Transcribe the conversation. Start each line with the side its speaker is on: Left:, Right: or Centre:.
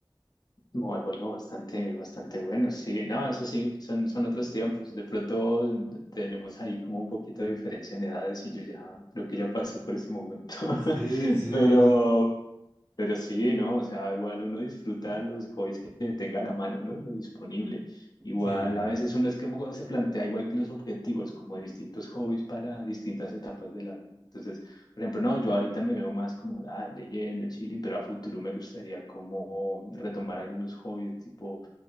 Left: Muy Bueno, bastante, bastante bueno, sí. No, eso sí, son, son otros tiempos. De pronto tenemos ahí como un poquito de diferencia en edades y yo ya creo que ya pasé por ese momento. <laughs>
Centre: Sí, sí,
Left: Pero,
Centre: no, yo,
Left: pero sí, ¿no? O sea, igual uno disfruta los hobbies que tenga a la mano, ¿no? Lo disponible. Igual
Centre: sí.
Left: a veces uno es que como se plantea igual que los objetivos, como distintos hobbies para distintas etapas de la vida. Entonces, por ejemplo, no, yo ahorita me veo más como ah, leyendo, chilling, pero a futuro me gustaría como retomar algunos hobbies, tipo